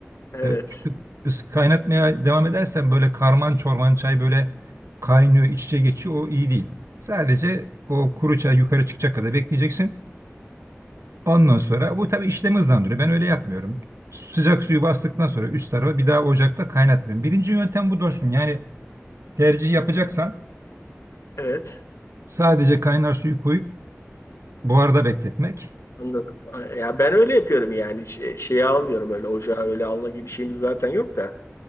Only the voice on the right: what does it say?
E, Çünkü ıs- kaynatmaya devam edersen böyle karman çorman çay böyle kaynıyor, iç içe geçiyor. O iyi değil. Sadece o kuru çay yukarı çıkacak kadar bekleyeceksin. Ondan sonra bu tabii işlemi hızlandırıyor. Ben öyle yapmıyorum. Sıcak suyu bastıktan sonra üst tarafa bir daha ocakta kaynatmıyorum. Birinci yöntem bu dostum. Yani tercih yapacaksan
sadece kaynar suyu koyup buharda bekletmek.